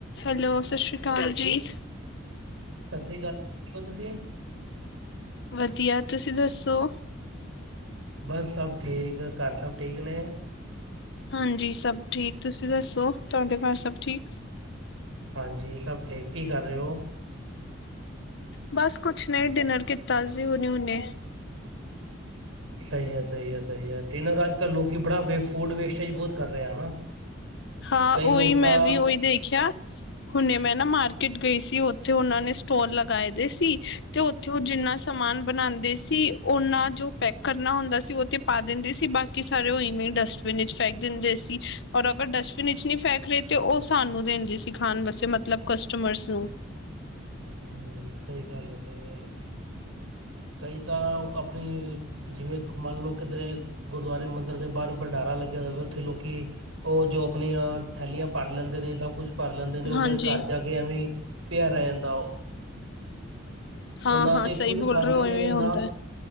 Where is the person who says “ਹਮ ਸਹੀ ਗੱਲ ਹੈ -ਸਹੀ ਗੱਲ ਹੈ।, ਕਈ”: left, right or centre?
Right